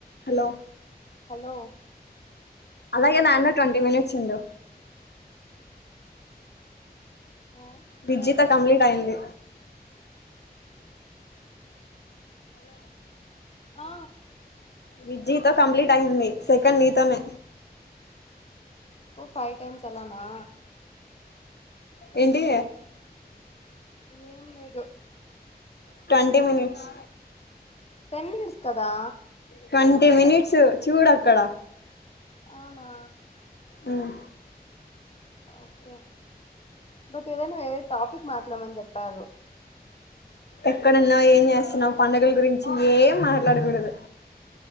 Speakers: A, on the left; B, on the left.
A: హలో
B: హలో
A: అలాగే దాట్లో ట్వంటీ మినిట్స్ ఉండు
B: ఆ
A: విజ్జితో కంప్లీట్ అయింది
B: అ
A: విజితో కంప్లీట్ అయింది సెకండ్ నీతోనే
B: ఓ ఫైవ్ టైమ్స్ అలానా
A: ఏంటి
B: ఏం లేదు
A: ట్వంటీ మనిట్స్
B: టెన్ మనిట్స్ కదా
A: ట్వంటీ మినిట్స్ చూడు అక్కడ
B: అవునా
A: మ్
B: ఓకే బట్ ఏదైనా వేరే టాపిక్ మాట్లామ్మని చెప్పారు
A: ఎక్కడున్నావు ఏం చేస్తున్నావ్ పండుగల గురించి ఏం మాట్లాడకూడదు